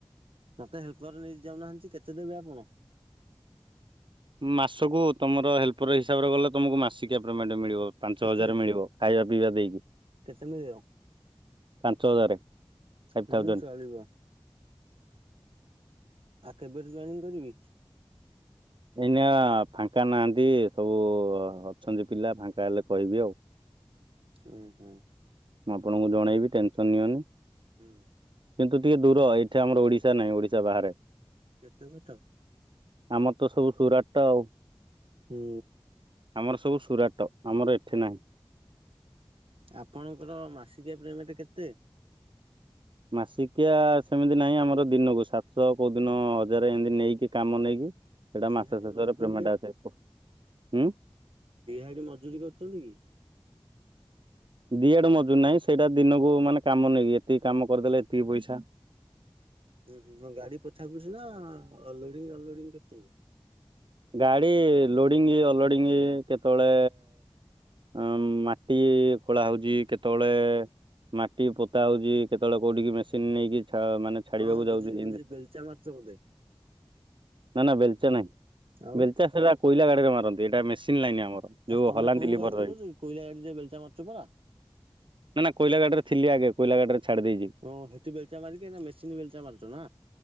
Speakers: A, on the right; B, on the right.
A: ମତେ ହେଲ୍ପର ରେ ନେଇ ଯାଉନାହାନ୍ତି। କେତେ ଦେବେ ଆପଣ?
B: ମାସକୁ ତମର ହେଲ୍ପର ହିସାବରେ ଗଲେ ତମକୁ ମାସିକିଆ ପେମେଣ୍ଟ ମିଳିବ। ପାଞ୍ଚ
A: କେତେ
B: ହଜାର ମିଳିବ ଖାଇବା ପିଇବା ଦେଇକି
A: କେତେ ମିଳିବ
B: ପାଞ୍ଚ ହଜାର। ଫାଇଭ୍
A: ହୁଁ
B: ଥାଉଜେଣ୍ଡ
A: ଚଳିବ। କେବେ ଠୁ ଜନିଂ କରିବି?
B: ଏଇନା ଫାଙ୍କା ନାହାଁନ୍ତି ସବୁ ଅଛନ୍ତି ପିଲା ଫାଙ୍କା ହେଲେ କହିବି ଆଉ।
A: ହୁଁ ହୁଁ।
B: ମୁଁ ଆପଣଙ୍କୁ ଜଣେଇବି ଟେନସନ ନିଅନି।
A: ହୁଁ।
B: କିନ୍ତୁ ଟିକେ ଦୂର ଏଠି ଆମର ଓଡିଶା ନାହିଁ ଓଡିଶା ବାହାରେ।
A: କେତେ ବାଟ?
B: ଆମର ତ ସବୁ ସୁରାଟ ଆଉ।
A: ହୁଁ
B: ଆମର ସବୁ ସୁରାଟ ଆମର ଏଠି ନାହିଁ।
A: ଆପଣଙ୍କର ମାସିକିଆ ପେମେଣ୍ଟ କେତେ?
B: ମାସିକିଆ ସେମିତି ନାହିଁ ଆମର ଦିନକୁ ସାତଶହ କୋଉ ଦିନ ହଜାର ଏମିତି ନେଇକି କାମ ନେଇକି ସେଇଟା
A: ତିହାଡି
B: ମାସ ଶେଷରେ
A: ମଜଦୁର
B: ପେମେଣ୍ଟ ଆସେ ହୁଁ।
A: ଦ ମଜୁୁରୀ କରୁଛନ୍ତି କି?
B: ଦିଆଡେ ମଜୁର ନାହିଁ ସେଇଟା ଦିନକୁ ମାନେ କାମ ନେଇକି ଏତିକି କାମ କରିଦେଲେ ଏତିକି ପଇସା।
A: ହଁ ହୁଁ ଗାଡି ପୋଛା ପଛି ନା ଲୋଡିଙ୍ଗ ଅନ୍ଲୋଡି କରି
B: ଗାଡ଼ି ଲୋଡ଼ିଂ ଅଲୋଡିଙ୍ଗ କେତେବେଳେ ଅ ମାଟି ଖୋଳା ହଉଛି କେତେବେଳେ ମାଟି ପୋତା ହଉଛି କେତେବେଳେ କୋଉଠି ମେସିନ ନେଇକି ମାନେ ଛାଡିବାକୁ
A: ହଁ ହଁ ବୁଝିଲି
B: ଯାଉଛି
A: ବୁଝିଲି ବେଲଚା ମାରୁଛ ବୋଧେ?
B: ନା ନା ବେଲଚା ନାହିଁ
A: ଆଉ
B: ବେଲଚା ସେଟା କୋଇଲା ଗାଡିରେ ମାରନ୍ତି। ଏଇଟା ମେସିନ୍ ଲାଇନି ଆମର
A: ଆ
B: ଯୋଉ
A: ତମେ
B: ହଲାନ୍ତି
A: କୋଉ
B: ଲିଭର।
A: ଗାଡି ଚଲଉଛ କି କୋଇଲା ଗାଡିରେ ବେଲଚା ମାରୁଛ ପରା?
B: ନା ନା କୋଇଲା ଗାଡି ରେ ଥିଲି ଆଗେ। କୋଇଲା ଗାଡିରେ ଛାଡି ଦେଇଛି
A: ଓ ହେଠ ବେଲଚା ମାରିକି ନା ମେସିନ୍ ବେଲଚା ମାରୁଛ ନା।